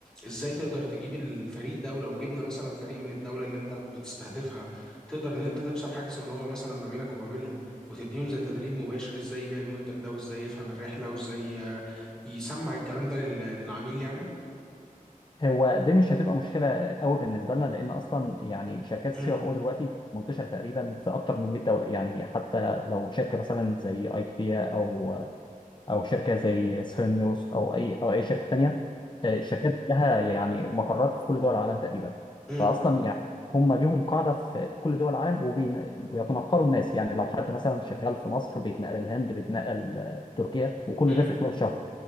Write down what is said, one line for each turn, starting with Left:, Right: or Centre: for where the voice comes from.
Centre: ازاي تقدر تجيب الفريق ده ولو جبنا مثلا فريق من الدوله اللي انت بتستهدفها تقدر ان انت تكسر حاجز اللي هو مثلا ما بينك وما بينهم وتديهم زي تدريب مباشر ازاي يبيع المنتج ده وازاي يفهم الرحله وازاي آه، يسمع الكلام ده لل- للعميل يعني
Left: هو دي مش هتبقى مشكله قوي بالنسبه لنا لان اصلا يعني شركات السي
Centre: امم
Left: ار او دلوقتي منتشره تقريبا في اكتر من 100 دوله يعني حتى لو شركه مثلا زي ايكفيا او او شركه زي سيرنيوس او اي او اي شركه تانيه آه، الشركات لها يعني مقرات في كل دول العالم تقريبا
Centre: امم
Left: فاصلا يعني هم ليهم قاعده في كل دول العالم وبيتنقلوا الناس يعني لو حد مثلا شغال في مصر بيتنقل الهند بيتنقل آه، تركيا وكل
Centre: امم
Left: ده في خلال شهر